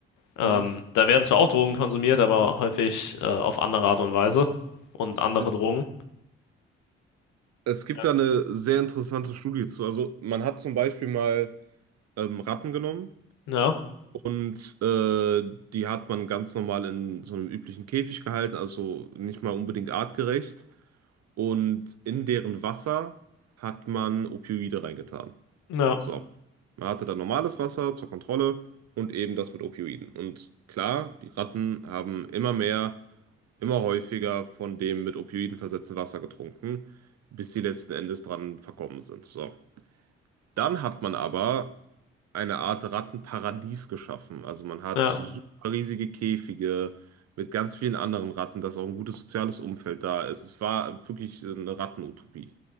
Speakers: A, on the left (about 75°); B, on the right (about 55°).
A: Ähm,
B: Mhm.
A: da werden zwar auch Drogen konsumiert, aber häufig äh, auf andere Art und Weise und andere
B: Es,
A: Drogen.
B: es gibt
A: Ja,
B: da eine sehr interessante Studie zu. Also man hat zum Beispiel mal ähm, Ratten genommen
A: ja,
B: und äh, die hat man ganz normal in so einem üblichen Käfig gehalten, also nicht mal unbedingt artgerecht. Und in deren Wasser hat man Opioide reingetan.
A: ja,
B: So, man hatte dann normales Wasser zur Kontrolle und eben das mit Opioiden. Und klar, die Ratten haben immer mehr, immer häufiger von dem mit Opioiden versetzten Wasser getrunken, bis sie letzten Endes dran verkommen sind. So, dann hat man aber eine Art Rattenparadies geschaffen. Also man hat
A: ja.
B: super riesige Käfige mit ganz vielen anderen Ratten, dass auch ein gutes soziales Umfeld da ist. Es war wirklich eine Rattenutopie.